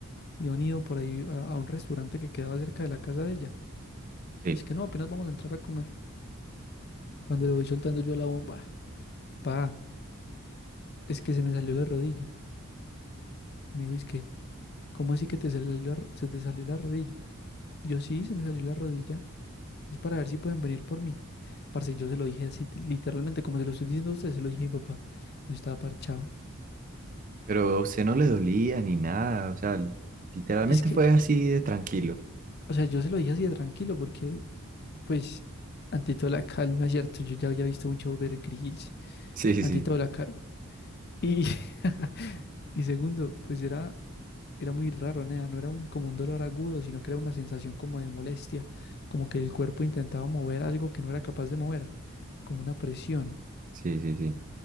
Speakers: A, on the left; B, on the right.
A: Y han ido por ahí a, a un restaurante que quedaba cerca de la casa de ella.
B: Sí,
A: Es que no, apenas vamos a entrar a comer. Cuando le voy soltando yo la bomba, pa, es que se me salió la rodilla. Y me dijo, es que, ¿cómo así que te salió la ro- se te salió la rodilla? Yo sí, se me salió la rodilla. Es para ver si pueden venir por mí. Parce, yo se lo dije así, literalmente, como se lo estoy diciendo a usted, se lo dije a mi papá. Yo estaba parchado.
B: pero a usted no le dolía ni nada, o sea, literalmente
A: Es que,
B: fue así de tranquilo.
A: o sea, yo se lo dije así de tranquilo, porque, pues, ante toda la calma, ¿cierto? Yo ya había visto mucho Overgrills,
B: Sí, sí,
A: ante
B: sí,
A: toda la calma. Y, <laughs> y segundo, pues era, era muy raro, nea, No era un, como un dolor agudo, sino que era una sensación como de molestia, como que el cuerpo intentaba mover algo que no era capaz de mover, como una presión.
B: sí, sí, sí.